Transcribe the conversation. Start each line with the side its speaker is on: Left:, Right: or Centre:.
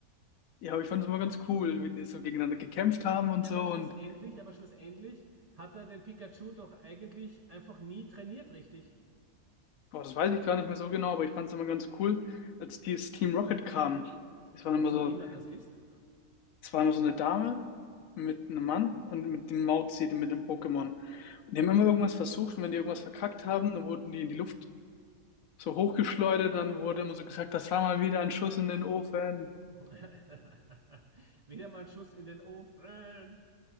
Left: Ja, aber ich fand es immer ganz cool, wenn die so gegeneinander gekämpft haben und
Right: Ja,
Left: so.
Right: aber schlussendlich,
Left: Und
Right: aber schlussendlich hat er den Pikachu doch eigentlich einfach nie trainiert, richtig?
Left: boah, das weiß ich gar nicht mehr so genau, aber ich fand es immer ganz cool, als dieses Team Rocket kam. Es war
Right: Was
Left: immer
Right: auch
Left: so,
Right: immer das ist.
Left: es war immer so eine Dame mit einem Mann und mit dem Mauzi, mit dem Pokémon. Und die haben immer irgendwas versucht und wenn die irgendwas verkackt haben, dann wurden die in die Luft so hochgeschleudert, dann wurde immer so gesagt, das war mal wieder ein Schuss in den Ofen.
Right: <laughs> Wieder mal ein Schuss in den Ofen.